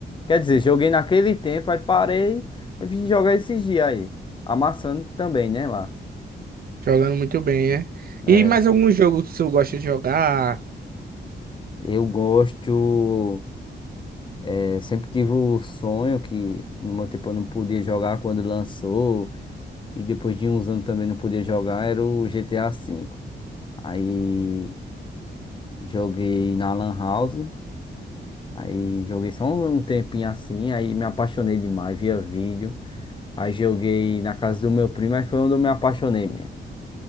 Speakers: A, on the left; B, on the right.
A: Quer dizer, joguei naquele tempo, aí parei e vim jogar esses dias aí. Amassando também, né, lá.
B: Jogando muito bem, né?
A: É,
B: E mais algum jogo que você gosta de jogar?
A: eu gosto. é, sempre tive o sonho que no meu tempo eu não podia jogar quando lançou. E depois de uns anos também não podia jogar, era o GTA V. Aí Joguei na Lan House. Aí joguei só um um tempinho assim. Aí me apaixonei demais, via vídeo. Aí joguei na casa do meu primo. Aí foi onde eu me apaixonei mesmo.